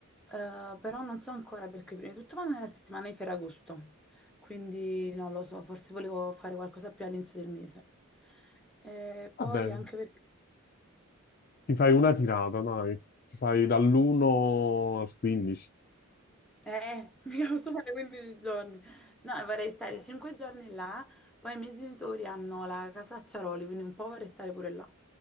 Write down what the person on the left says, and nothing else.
Vabbè,
ti fai una tirata, dai. Ti fai dall'1 al 15.